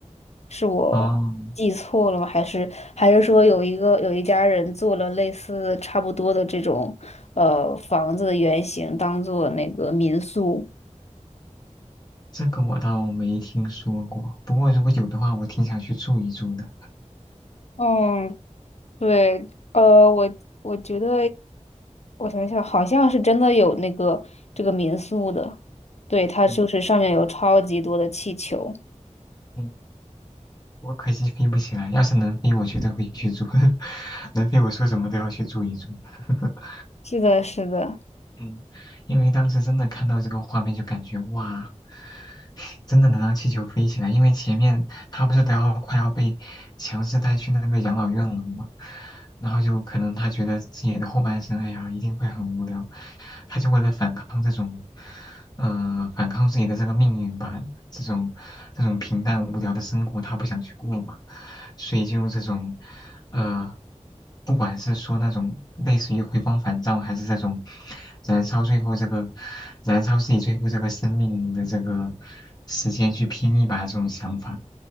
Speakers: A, on the left; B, on the left.
A: 是我记错了吗？
B: 哦，
A: 还是还是说有一个有一家人做了类似差不多的这种呃房子的原型，当做那个民宿？
B: 这个我倒没听说过，不过如果有的话，我挺想去住一住的。
A: 嗯，对，呃，我我觉得我想想，好像是真的有那个这个民宿的，对，它就是上面有超级多的气球。
B: 嗯嗯，我可惜飞不起来，要是能飞，我绝对会去住。<laughs> 能飞，我说什么都要去住一住。<laughs>
A: 是的，是的。
B: 嗯，因为当时真的看到这个画面，就感觉哇，<laughs> 真的能让气球飞起来。因为前面他不是都要快要被强制带去那个养老院了吗？然后就可能他觉得自己的后半生，哎呀，一定会很无聊，他就为了反抗这种，呃，反抗自己的这个命运吧，这种这种平淡无聊的生活，他不想去过嘛，所以就用这种，呃，不管是说那种类似于回光返照，还是这种燃烧最后这个燃烧自己最后这个生命的这个时间去拼一把这种想法，